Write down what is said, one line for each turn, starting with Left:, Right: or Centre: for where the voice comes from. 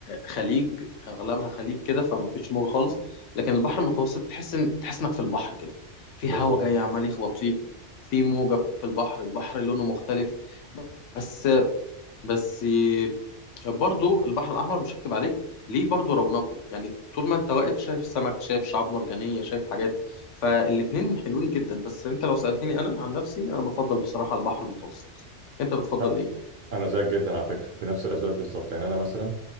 Left: خليج أغلبها خليج كده فمفيش موجة خالص لكن البحر المتوسط تحس إن تحس إنك في البحر كده في
Right: بالظبط
Left: هوا جاي عمال يخبط فيك في موجة في البحر البحر لونه مختلف بس بس برضو البحر الأحمر مش هكتب عليك ليه برضو رونقه يعني طول ما أنت واقف شايف سمك شايف شعاب مرجانية شايف حاجات فالاتنين حلوين جدا بس أنت لو سألتني أنا عن نفسي أنا بفضل بصراحة البحر المتوسط أنت بتفضل
Right: لا،
Left: إيه؟
Right: انا زيك جدا على فكره بنفس الاسباب بالظبط يعني انا مثلا